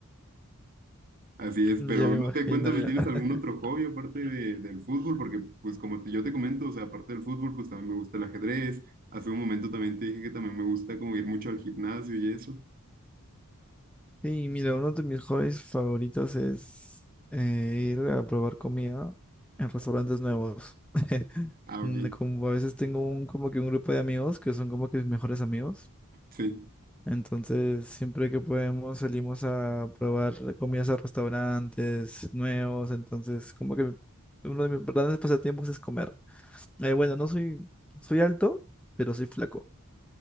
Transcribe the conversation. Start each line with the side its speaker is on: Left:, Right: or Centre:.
Right: Así es,
Centre: Ya
Right: pero
Centre: me imagino.
Right: no te cuéntame,
Centre: ya.
Right: ¿tienes
Centre: <laughs>
Right: algún otro hobby aparte de- del fútbol? Porque, pues, como te- yo te comento, o sea, aparte del fútbol, pues también me gusta el ajedrez. Hace un momento también te dije que también me gusta como ir mucho al gimnasio y eso.
Centre: Sí, mira, uno de mis hobbies favoritos es eh, ir a probar comida en restaurantes nuevos. <laughs>
Right: Ah,
Centre: Mm,
Right: ok,
Centre: Como a veces tengo un, como que un grupo de amigos que son como que mis mejores amigos.
Right: sí,
Centre: Entonces, siempre que podemos salimos a probar comidas a restaurantes nuevos. Entonces, como que mi- uno de mis grandes pasatiempos es comer. Eh, bueno, no soy, soy alto, pero soy flaco.